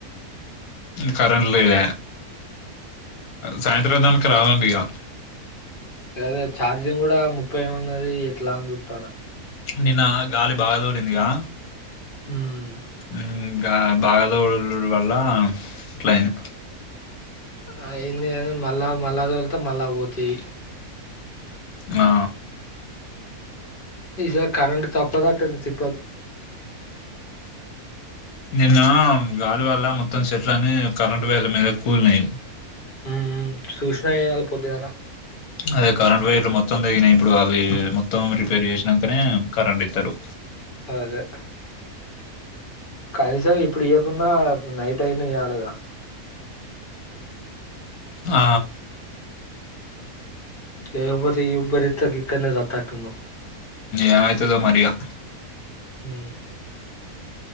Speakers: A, on the left; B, on the left.
A: కరెంట్ లేద సాయంత్రం దానాకా రాదట ఇగ
B: అదే ఛార్జింగ్ కూడా ముప్పై ఉన్నది ఎట్లా అని చుతనా
A: నిన్న గాలి బాగాదోలిందిగా
B: ఉమ్
A: ఉమ్ బాగదోళ వల్ల అట్లయిందీ
B: అయింది అని మళ్ళా మళ్ళ తోళతే మళ్ళా పోతియి
A: ఆ
B: ఈసారి కరెంట్ తప్పదటది తిప్పల్
A: నిన్న గాలి వల్ల మొత్తం చెట్లని కరెంట్ వైర్ల మీదకి కులినై
B: ఉమ్, చూసినా వేయాలి పొద్దుగాల
A: అదే కరెంట్ వేర్లు మొత్తం తెగినయి ఇప్పుడు అవి మొత్తం రిపేర్ చేసినకనే కరెంట్ ఇతరు
B: అదే కనీసం ఇప్పుడు ఇవ్వకుండా నైట్ అయిన ఇయాలిగా
A: ఆ
B: లేకపోతే ఈ ఇబ్బరింతాకి ఇక్కనే సతాటు ఉన్నం
A: ఏమైతదో మరిగా
B: ఉ